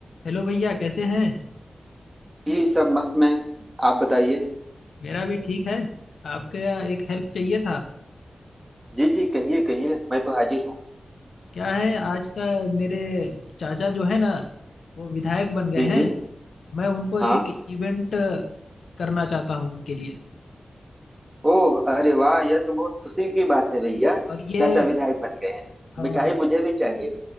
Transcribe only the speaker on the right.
जी सब मस्त में आप बताइए
जी जी कहिए कहिए मैं तो हाजिर हूँ
जी
जी
हाँ
ओह अरे वाह यह तो बहुत खुशी की बात है भैया
चाचा विधायक बन गए हैं
मिठाई मुझे भी चाहिए